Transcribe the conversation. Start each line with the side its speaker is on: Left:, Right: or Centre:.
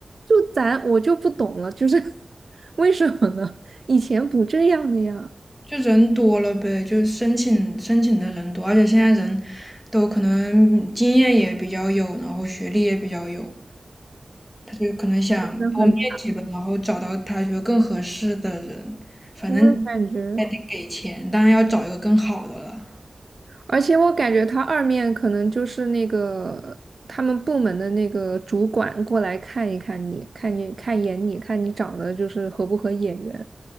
Right: 就咱我就不懂了，就是 <laughs> 为什么呢？以前不这样的呀，
Centre: 就人多了呗，就是申请申请的人多，而且现在人都可能经验也比较有，然后学历也比较有。他就可能想多面几个，
Right: 真的很。
Centre: 然后找到他觉得更合适的人，反正
Right: 我也感觉，
Centre: 还得给钱，当然要找一个更好的了。
Right: 而且我感觉他二面可能就是那个他们部门的那个主管过来看一看你，看你看一眼你，看你长得就是合不合眼缘。